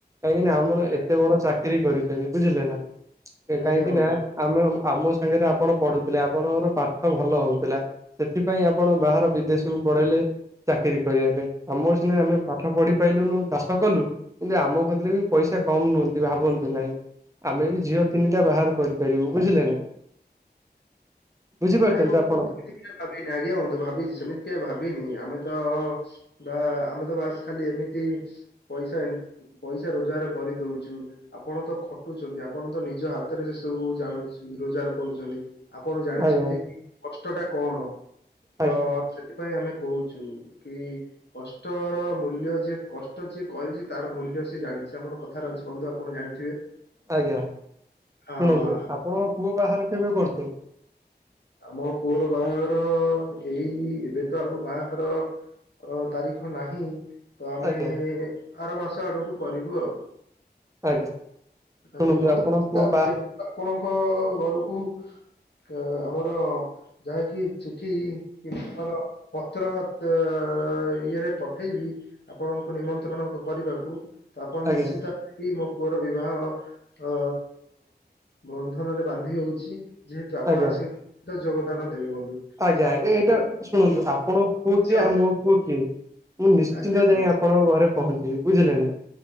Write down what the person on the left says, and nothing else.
ଆଜ୍ଞା
ଆଜ୍ଞା ବନ୍ଧୁ।
ନାଇଁ ବ
<unintelligible> ଭାବିନି ଆଜ୍ଞା ବନ୍ଧୁ ଭାବିଛି ସେମିତି କେବେ ଭାବିନି ଆମେ ତ ବା ଆମେ ତ ବାସ୍ ଖାଲି ଏମିତି ପଇସା ଇନ୍ ପଇସା ରୋଜଗାର କରିଦଉଛୁ। ଆପଣ ତ ଖଟୁଛନ୍ତି ଆପଣ ତ ନିଜ ହାତରେ ସେ ସବୁ ଜାଣୁଚି ରୋଜଗାର କରୁଛନ୍ତି ଆପଣ ଜାଣିଛନ୍ତି
କଷ୍ଟ ଟା କଣ
ତ ସେଥି ପାଇଁ ଆମେ କହୁଛୁ କି କଷ୍ଟର ମୂଲ୍ୟ ଯିଏ କଷ୍ଟ ଯିଏ କରିଛି ତାର ମୂଲ୍ୟ ସେ ଜାଣିଛି ଆମର କ କଥାରେ ଅଛି ବନ୍ଧୁ ଆପଣ ଜାଣିଥିବେ
ଆ
ଆମ ପୁଅର ବାହାଘର ଏଇ ଏବେ ତ ଆଉ ବାହାଘର ଅ ତାରିଖ ନାହିଁ ତ ଆମେ
ଆର ମାସ ଆଡକୁ କରିବୁ ଆଉ।
ଆଜ୍ଞା ବନ୍ଧୁ
<inaudible>
ଆପଣଙ୍କ ଘରକୁ କ ଆମର ଯାହାକି ଚିଠି <inaudible> ପତ୍ର ତ ଇଏରେ ପଠେଇବି ଆପଣଙ୍କୁ ନିମନ୍ତ୍ରଣ କରିବାକୁ ତ ଆପଣ
ନିଶ୍ଚିନ୍ତ କି ମୋ ପୁଅର ବିବାହ ଅ ବନ୍ଧନରେ ବାନ୍ଧି ହଉ ଚି ଯେହେତୁ ଆପଣ
ଆସିକି <inaudible> ଯୋଗଦାନ ଦେବେ ବନ୍ଧୁ।
ଯାହା
ଫଳରେ
ଆଜ୍ଞା
ବନ୍ଧୁ